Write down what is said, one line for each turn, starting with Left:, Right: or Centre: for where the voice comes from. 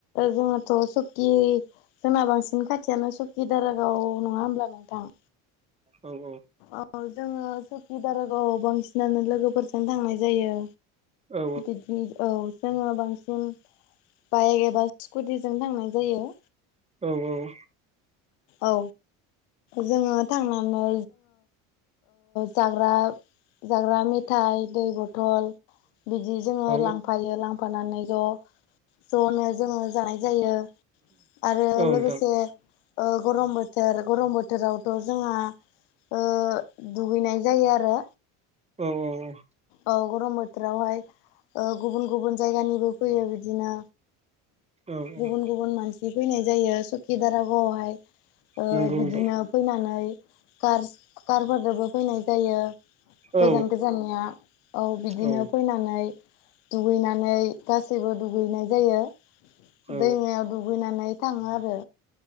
Left: जोंहाथ' सकि जोंना बांसिन खाथियानो सकिदारगाव नङा होमब्ला नोंथां
Right: औ औ
Left: औ जोङो सुकि दारागावआव बांसिनानो लोगोफोरजों थांनाय जायो।
Right: औ
Left: बिदिनो औ जोङो बांसिन बाइक एबा स्कुटिजों थांनाय जायो
Right: औ औ
Left: औ जोङो थांनानै जोङो जाग्रा जाग्रा मेथाइ दै बथल बिदि जोङो
Right: औ
Left: लांफायो लां माबानानै ज' ज'नो जोङो जानाय जायो। आरो
Right: औ नोंथां
Left: लोगोसे गरम बोथोर गरम बोथोरावथ' जोंहा ओ दुगैनाय जायो आरो
Right: औ औ औ
Left: औ गरम बोथोरावहाय गुबुन गुबुन जायगानिबो फैयो बिदिनो
Right: औ औ
Left: गुबुन गुबुन मानसि फैनाय जायो सखि दारागावआवहाय
Right: नंगौ
Left: बिदिनो
Right: नोंथां
Left: फैनानै कारफोरदोबो फैनाय जायो
Right: औ
Left: गोजान गोजाननिया औ बिदिनो
Right: औ
Left: फैनानै दुगैनानै गासैबो दुगैनाय जायो
Right: औ
Left: दैमायाव दुग लुगैनानै थाङो आरो